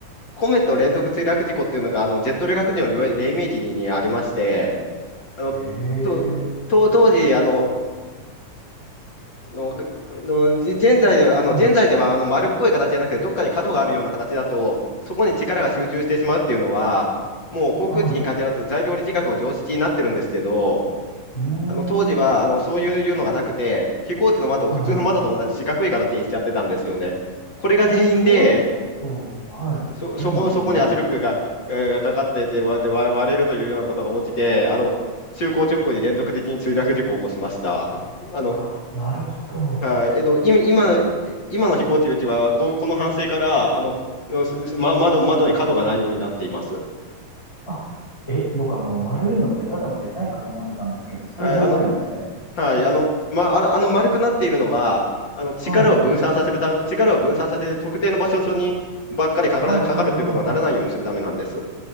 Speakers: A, on the left (about 35°); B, on the left (about 20°).
A: コメット連続墜落事故っていうのが、あの、ジェット旅客機の黎黎明期ににありまして、あの、
B: い。ええ、
A: と、と当時、あの、の、の、じ現在では、あの、
B: はい、
A: 現在では、あの、丸っこい形じゃなくて、どっかに角があるような形だと、そこに力が集中してしまうっていうのは、もう航空機に限らず材料力学の常識になってるんですけど、
B: はい。うーん、
A: あの当時はあのそういうのがなくて、
B: はい
A: 飛行機の窓を普通の窓と同じ四角い形にしちゃってたんですよね。
B: はい。
A: これが原因で、
B: あ、それだと、はい、
A: そ、
B: ダメなんですね。
A: そこ、そこに圧力が、えーがかかってて割れて割割れるというようなことが起きて、あの就航直後に連続的に墜落事故を起こしました。あの、
B: あ、なるほど。
A: あえっと、今、今今の飛行機うちはこ、この反省からあの、すすま、窓、窓に角がないようになっています。
B: あ、え、僕あの、丸いのってただのデザインかと思ってたんですけど、そういう理由があるんですね。
A: あ、あのはい、あの、ま、あの、あの丸くなっているのは、あの力を分散させるため、
B: はい。
A: 力を分散させて特定の場所にばっかりかからかかるっていうことはならないようにするためなんです。
B: はいはいはいはい。